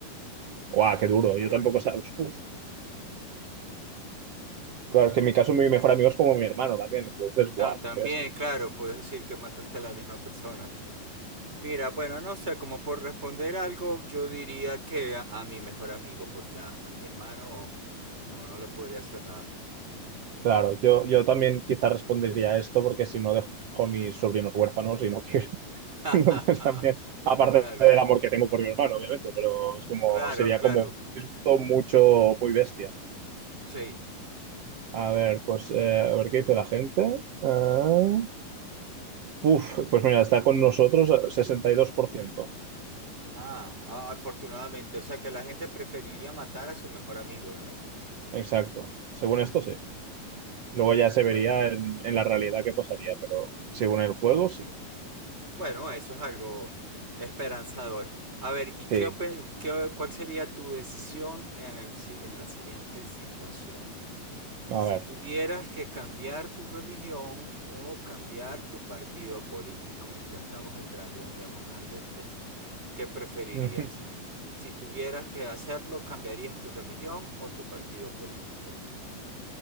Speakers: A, on the right; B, on the right.
A: Guau,
B: ah,
A: qué duro. Yo
B: te-
A: tampoco sab- Uf. Claro, es que en mi caso mi mejor amigo es como mi hermano también. Entonces, guau,
B: tam- también,
A: qué bestia.
B: claro, puedes decir que mataste a la misma persona. Mira, bueno, no sé, como por responder algo, yo diría que a, a mi mejor amigo, porque a, a mi hermano no, no le podría hacer nada.
A: Claro, yo, yo también quizás respondería a esto porque si no dejo a mis sobrinos huérfanos y no <laughs>
B: <laughs>
A: <laughs> Entonces también, aparte
B: Claro,
A: del amor que tengo por mi hermano, obviamente, pero es como,
B: claro,
A: sería
B: claro,
A: como, es justo mucho, muy bestia.
B: sí.
A: A ver, pues, eh, a ver qué dice la gente. Ah, puf, pues mira, está con nosotros eh, sesenta y dos por ciento
B: Ah, a- afortunadamente, o sea que la gente preferiría matar a su mejor amigo, ¿no?
A: Exacto. Según esto, sí. Luego ya
B: Vale,
A: se vería
B: bueno.
A: en, en la realidad qué pasaría, pero según el juego, sí.
B: Bueno, eso es algo esperanzador. A ver, ¿y qué,
A: Sí.
B: opi- qué- cuál sería tu decisión en el, si- en la siguiente situación?
A: A
B: Si
A: ver.
B: tuvieras que cambiar tu religión o cambiar tu partido político, ya estamos entrando en temas candentes, ¿qué preferirías?
A: <laughs>
B: Si tuvieras que hacerlo, ¿cambiarías tu religión o tu partido político?